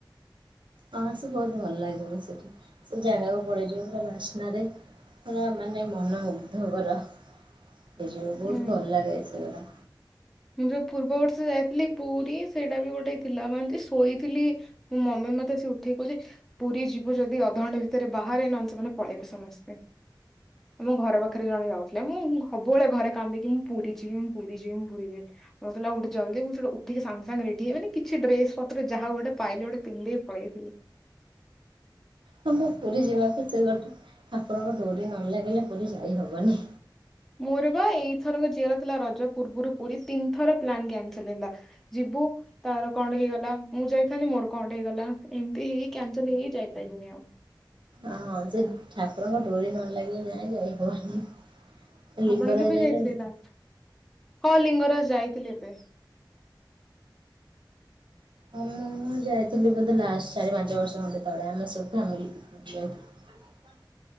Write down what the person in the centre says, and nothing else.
ଉଁ
ମୁଁ ଯୋଉ ପୂର୍ବବର୍ଷ ଯାଇଥିଲି ପୁରୀ ସେଇଟା ବି ଗୋଟେ ଥିଲା ମାନେ ଶୋଇଥିଲି। ମୋ ମମି ମତେ ଆସି ଉଠେଇ କହୁଛି ପୁରୀ ଯିବୁ ଯଦି ଅଧଘଣ୍ଟା ଭିତରେ ବାହାରେ ନହଲେ ସେ ମାନେ ପଳେଇବେ ସମସ୍ତେ। ମୋ ଘର ପାଖରେ ଜଣେ ଯାଉଥିଲେ ମୁଁ ସବୁବେଳେ ଘରେ କାନ୍ଦିକି ମୁଁ ପୁରୀ ଯିବି ମୁଁ ପୁରୀ ଯିବି ମୁଁ ପୁରୀ ଯିବି। ହଉଥିଲା ଉଟ, ଜଲଦିଁ ମୁଁ ସେଟୁ ଉଠିକି ସାଙ୍ଗ ସାଙ୍ଗ ରେଡି ହେଇଗଲି କିଛି ଡ୍ରେସ୍ ପତ୍ର ଯାହା ଗୋଟେ ପାଇଲି ଗୋଟେ ପିନ୍ଧଦେଇ ପଳେଇଥିଲି।
ମୋର ବା ଏଇଥର ଯିବାର ଥିଲା ରଜ ପୂର୍ବରୁ ପୁରୀ ତିନି ଥର ପ୍ଲାନ କ୍ୟାନସଲ ହେଲା। ଯିବୁ। ତାର କଣ ହେଇଗଲା ମୁଁ ଯାଇଥାନ୍ତିି ମୋର କଣ ହେଇଗଲା ଏମିତି ହେଇ କାଞ୍ଚନ ହେଇକି ଯାଇପାରିଲିନି ଆଉ।
ଆପଣ କେବେ
ଯାଇଥିଲେ ଲାଷ୍ଟ ହଁ ଲିଙ୍ଗରାଜ ଯାଇଥିଲି ଏବେ।